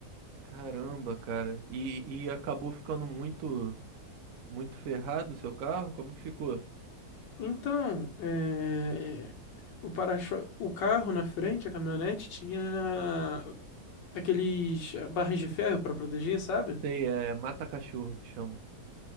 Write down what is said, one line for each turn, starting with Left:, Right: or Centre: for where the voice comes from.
Right: Caramba, cara. E, e acabou ficando muito, muito ferrado o seu carro? Como que ficou?
Left: Então, é, o para-choque, o carro na frente, a caminhonete, tinha aqueles ah, barras de ferro para proteger, sabe?
Right: Sei, é mata-cachorro que chamam.